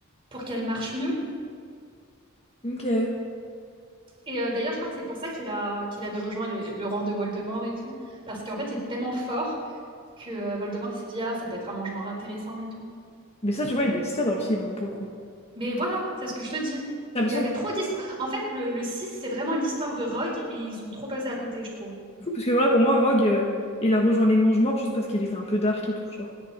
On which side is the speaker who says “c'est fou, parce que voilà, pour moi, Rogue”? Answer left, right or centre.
Left